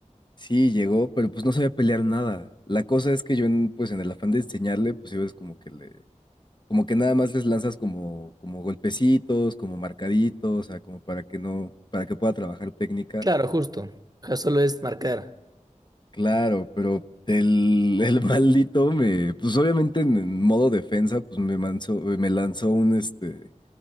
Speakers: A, on the left; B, on the right.
A: sí llegó, pero pues no sabía pelear nada. La cosa es que yo, en, pues en el afán de enseñarle, pues yo es como que le Como que nada más les lanzas como, como golpecitos, como marcaditos, o sea, como para que no, para que pueda trabajar técnica.
B: Claro, justo. Ya solo es marcar.
A: Claro, pero el, el <laughs> maldito me, pues obviamente en, en modo defensa, pues me lanzó, me lanzó un este,